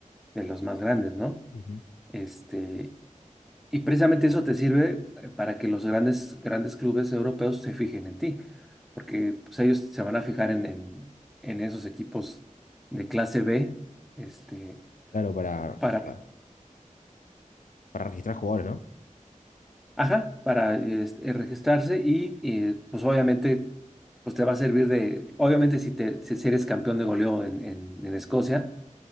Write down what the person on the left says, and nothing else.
Ujú.
Claro, para,
para, para registrar jugadores, no